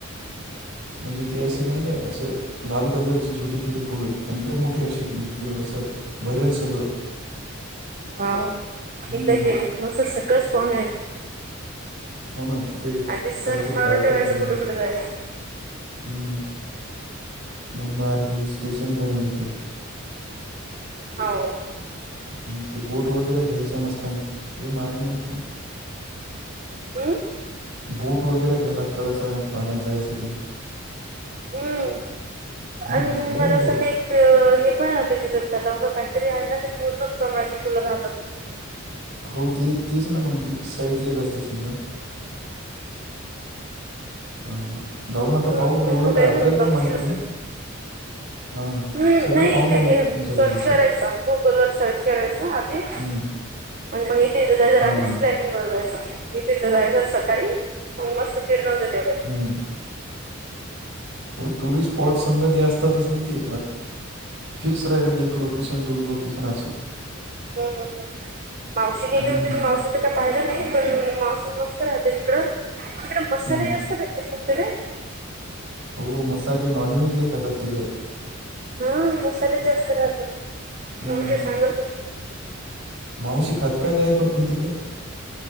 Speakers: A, on the right (about 60°); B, on the right (about 40°).
A: म्हणजे ते असे नाही का असं लाल कलरची छोटे छोटे फुल मोठे असे ं बरे सगळं
B: हा म
A: हम्म
B: तर केले त अस सगळंच पान य
A: हो ना तिथे एक
B: आधी सर्च
A: काहीतरी
B: मारून
A: गार्डन
B: ठेवायचं
A: पण
B: कुठं
A: आहे
B: कुठं जायाच
A: हम्म मुन्नार हिल स्टेशन पर्यंत
B: हाव
A: हम ते बोट वगैरे घ्यायच्या मस्त लई महाग नाहीथ
B: हम्म?
A: बूट वगैरे घ्यायला लागतातशा पाण्यात जायसाठी
B: हम्
A: हम्म
B: आणि
A: लय
B: मला
A: मोठे
B: अस हे पण यतं ति दत् त्यालाव का काहीतरी आहे ना ते पूर्ण प्रमाणाची फुलं राहतात
A: हो ते तेच ना मग बीच साईडला जास्ते समजा अं जाऊन आता
B: हम्म
A: पाहू एवढं
B: कुठे
A: काय आपल्याला
B: बघशील
A: पण माहित
B: असेल.
A: नाही. हां
B: हम्म
A: सगळं
B: नाही
A: पाहून
B: इथे
A: येतो
B: घे
A: तीन चार
B: सर्च
A: दिवसात
B: करायचा गुगल वर सर्च करायच आधी.
A: हम्म
B: आणि <unintelligible> दीदीला
A: हां
B: रात्रीच
A: हां
B: प्लॅनिंग बघायच तिथं जायचं सकाळी मग मस्त फिरून होतय त्यो
A: हम्म. व टूरिस्ट. स्पॉट समजा ते असतातच ना ते फिक्स राहतात एक लोकेशन दोन लोकेशन असे
B: हम् हम मावशी गेली
A: हम्म
B: होती तर मावशीला <unintelligible> पाहिलं नाही पण मासम मस्त राहते तिकड तिकडे मसाले
A: हम्म
B: जास्त भेटतात म्हंत रे
A: हो मसाले नॉनव्हेज लई खातात तिकडे.
B: हम् मसाले जास्त राहतात. <unintelligible>
A: हम्म
B: सांगा <unintelligible>
A: मावशी खात काय जाय पण तिकडं